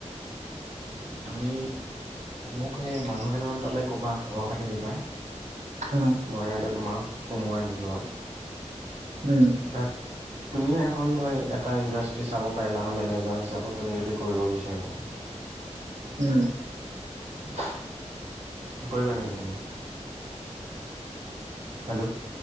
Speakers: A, on the right; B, on the right.
A: তুমি মোক সেই মানুহ কেইটামান পালে ক'বা খবৰ খাতি দিবা।
B: অ'।
A: মই ইয়াতে তোমাক সোমোৱাই দিলো হয়।
B: উম
A: বাত তুমিও এখন ধৰি এটা ইণ্ডাষ্ট্ৰি চাব পাৰিলা হয় মেনেজাৰ হিচাপত তুমি যদি কৰিব বিচাৰি থাকা।
B: উম
A: এইটো কৰিবা নেকি তুমি? হেল্ল'।